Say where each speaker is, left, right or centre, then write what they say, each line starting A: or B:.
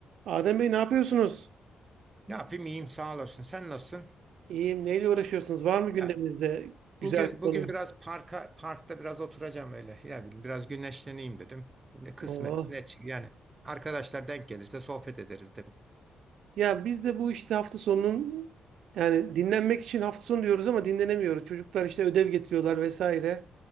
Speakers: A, on the right; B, on the right.
A: Adem Bey ne yapıyorsunuz?
B: Ne yapayım iyiyim sağ olasın. Sen nasılsın?
A: İyiyim. Neyle uğraşıyorsunuz? Var mı gündeminizde
B: Ya
A: güzel
B: bugün
A: bir konu?
B: bugün biraz parka parkta biraz oturacağım öyle. Ya bugün biraz güneşleneyim dedim. Ne kısmet
A: Oh.
B: ne çı- yani arkadaşlar denk gelirse sohbet ederiz dedim.
A: Ya biz de bu işte hafta sonunun yani dinlenmek için hafta sonu diyoruz ama dinlenemiyoruz. Çocuklar işte ödev getiriyorlar vesaire.